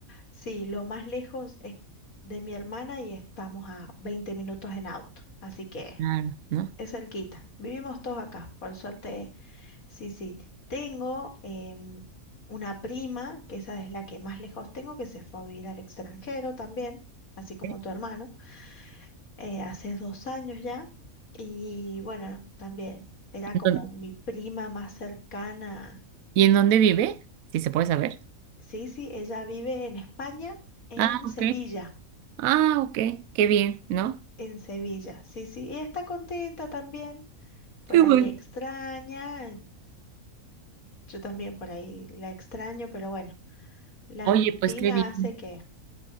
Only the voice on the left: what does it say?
sí, lo más lejos es de mi hermana y estamos a 20 minutos en auto. Así que
es cerquita. Vivimos todos acá. Por suerte, sí, sí. Tengo em, una prima, que esa es la que más lejos tengo, que se fue a vivir al extranjero también, así como
tu hermano. eh, hace dos años ya. Y bueno, también era
como
mi prima más cercana.
Sí, sí, ella vive en España, en
Sevilla,
en Sevilla. Sí, sí, y está contenta también. Por
ahí extraña, yo también por ahí la extraño, pero bueno, la
rutina
hace que...